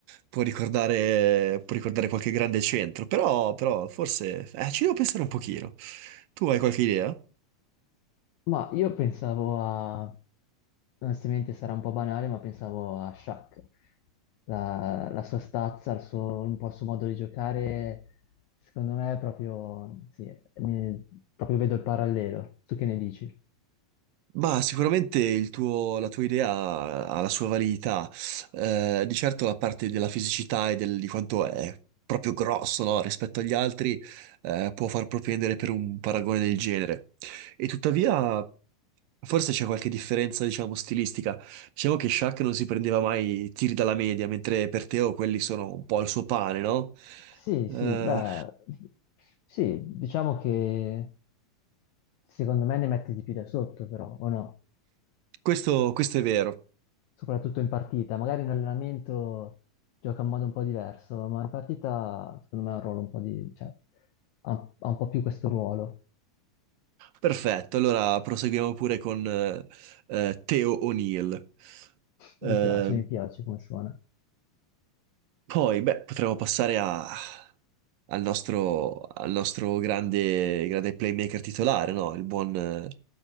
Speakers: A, on the right; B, on the left.
A: può ricordare, può ricordare qualche grande centro, però, però forse eh, ci devo pensare un pochino. Tu hai qualche idea?
B: Ma io pensavo a, onestamente sarà un po' banale, ma pensavo a Shaq, la, la sua stazza, il suo, un po' il suo modo di giocare, secondo me è proprio, sì, ne- proprio vedo il parallelo. Tu che ne dici?
A: Ma sicuramente il tuo- la tua idea ha ha la sua validità, Eh, di certo la parte della fisicità e del- di quanto è proprio grosso, no, rispetto agli altri, eh, può far propendere per un paragone del genere. E tuttavia forse c'è qualche differenza, diciamo, stilistica. Diciamo che Shaq non si prendeva mai tiri dalla media, mentre per Teo quelli sono un po' il suo pane, no?
B: Sì, sì,
A: Eh,
B: beh, sì, diciamo che secondo me ne mette di più da sotto però, o no?
A: questo questo è vero.
B: soprattutto in partita. Magari in allenamento gioca in modo un po' diverso, ma in partita secondo me ha un ruolo un po' di, cioè, ha, ha un po' più questo ruolo.
A: Perfetto, allora proseguiamo pure con eh, eh, Theo O'Neill. Eh,
B: Mi piace, mi piace come suona.
A: poi, beh, potremmo passare a- al nostro, al nostro grande, grande playmaker titolare, no? Il buon, eh,